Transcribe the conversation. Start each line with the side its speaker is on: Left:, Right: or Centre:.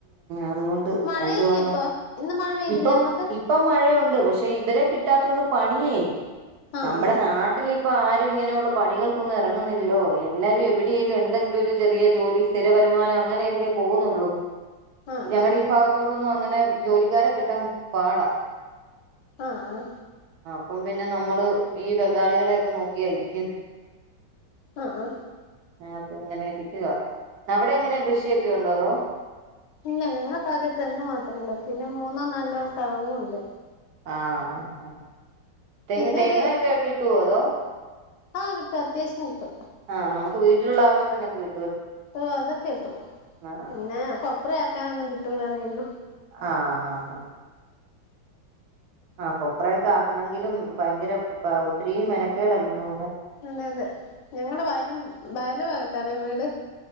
Right: അതുകൊണ്ട്
Left: മഴയില്ലേ
Right: എന്തുവാണ്
Left: ഇപ്പൊ, ഇന്ന് മഴ പെയ്തില്ലേ
Right: ഇപ്പം
Left: അങ്ങോട്ട്?
Right: ഇപ്പം മഴയുണ്ട്, പക്ഷെ ഇവരെ കിട്ടാത്തൊണ്ട് പണിയേ,
Left: ആഹ്
Right: നമ്മടെ നാട്ടില് ഇപ്പൊ ആരും ഇങ്ങനെയുള്ള പണികൾക്കൊന്നും എറങ്ങുന്നിൽല്ലോ, എല്ലാരും എവിടെയലും എന്തെങ്കിലും ഒരു ചെറിയ ജോലി സ്ഥിര വ- രുമാന അങ്ങനെ എന്തേ പോകുന്നുള്ളൂ.
Left: ആഹ് ആഹ്
Right: ഞങ്ങടെ ഈ ഭാഗത്തോട്ടൊന്നും അങ്ങനെ ജോലിക്കാരെ കിട്ടാൻ പാടാ.
Left: ആഹ് അ
Right: പ്പം പിന്നെ നമ്മള് ഈ ബംഗാളികളെയൊക്കെ നോക്കിയായിരിക്കും.
Left: ആഹ് ആഹ്
Right: ആഹ് അപ്പൊ ഇങ്ങനെ ഇരി <unintelligible> അവിടെ എങ്ങനെ കൃഷിയൊക്കെ ഉണ്ടോ? അതോ,
Left: ഇല്ല ഞങ്ങക്കാകെ തെങ്ങ് മാത്രള്ളൂ പിന്നെ മൂന്നോ നാലോ കവുങ്ങൂണ്ട്.
Right: ആഹ് ആ തെങ്ങ്
Left: പിന്നെ
Right: തേങ്ങാക്കെ
Left: ഒരു
Right: കിട്ടുവോ അതോ
Left: ആഹ് കിട്ടും അത്യാവശ്യം കിട്ടും.
Right: ആഹ് നമുക്ക് വീട്ടിലുള്ള ആവശ്യത്തിനക്കെ കി.
Left: ഓഹ് അതൊക്കേട്ടു
Right: ആഹ്
Left: പിന്നെ കൊപ്ര ആക്കാനൊന്നും കിട്ടൂലന്നെയ്ള്ളൂ
Right: ആഹ് ഹാ ഹാ ആ കൊപ്രയൊക്കെ ആട്ടണെങ്കിലും ഭയങ്കര ഒത്തിരി മെനക്കേടള്ളൂ
Left: അതെ അതെ ഞങ്ങളെ വയലും വയല് ഭാഗത്താണ് വീട്